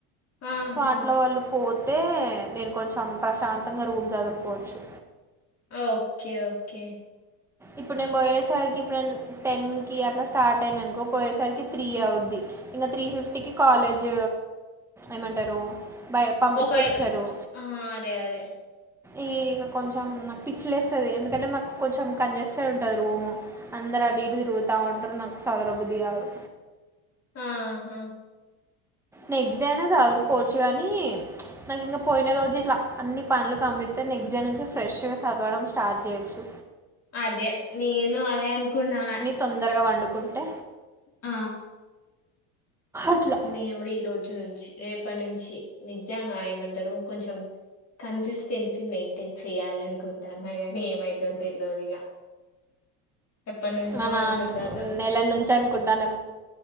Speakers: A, on the left (about 35°); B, in the centre.
A: ఆహా
B: సో అట్లో వాళ్ళు పో తే నేను కొంచెం ప్రశాంతంగా రూమ్ సదురు కోవచ్చు
A: ఓకే ఓకే
B: ఇప్పుడు నేను పోయేసరికి ఇప్పుడు నేను టెన్ కి అట్లా స్టార్ట్ అయిననుకో పోయేసరికి త్రీ అవుద్ది ఇంగ త్రీ ఫిఫ్టీకి కాలేజ్ ఏమంటరూ బయ పంపించేస్తరు
A: ఒకవేళ ఆ అదే అదే
B: ఈ ఇగ కొంచెం నాక్ పిచ్చిలేస్తది ఎందుకంటే మాకు కొంచెం కాంజెస్టెడ్ ఉంటది రూము అందరు అటు ఈటు తిరుగుతా ఉంటరు నాకు సదరబుద్ధి కాదు
A: ఆహా
B: నెక్స్ట్ డే అయిన సదురుకోవచ్చు గనీ నాకింగ పోయిన రోజు ఇట్ల అన్ని పనులు కంప్లీటయితే నెక్స్ట్ డే నుంచి ఫ్రెష్గా చదవడం స్టార్ట్ చేయొచ్చు
A: అదే నేను అదే అనుకుంటాన
B: తొందరగ పండుకుంటే
A: ఆ
B: అట్లా
A: నేనుగుడ ఈ రోజు నుంచి రేపనుంచి నిజంగ ఏమంటరు కొంచెం కన్సిస్టెన్సీ మెయింటైన్ చేయాలనుకుంటాన్న గని ఏమైతదో తెల్వదిగ ఎప్పటి నుంచో
B: మనాన్కు
A: అనుకుంటాన్న
B: నెల నుంచి అనుకుంటాన